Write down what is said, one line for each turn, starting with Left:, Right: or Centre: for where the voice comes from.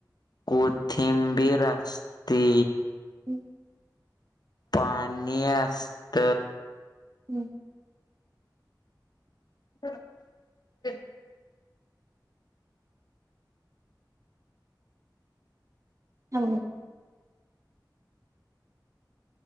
Left: कोथिंबीर असती.
Right: <inaudible>
Left: पाणी असत,
Right: हम्म
Left: <unintelligible>
Right: हम